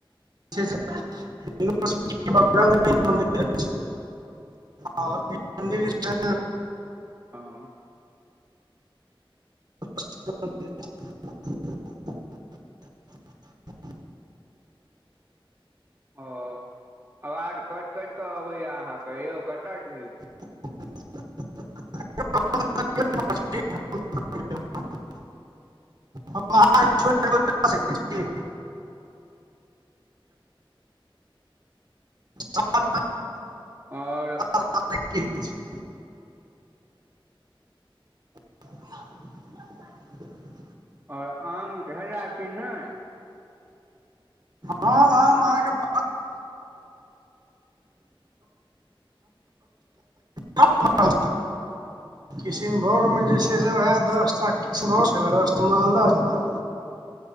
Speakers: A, on the right; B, on the right.
A: यवर्ट बमे मिर आ <unintelligible>
B: हँ
A: <unintelligible>
B: ओ आ आबाज कटि कटि कऽ अबैया अहाँके यौ कतय छी
A: <unintelligible> हम अहाँके छोड़ सकै छी सात
B: आओर
A: <unintelligible> <unintelligible>
B: आओर आमके भेला कि नहि
A: हँ अहाँके क किशनभोगमे जे छै से उएह दस टा किशनभोग छल दस मालदह छलै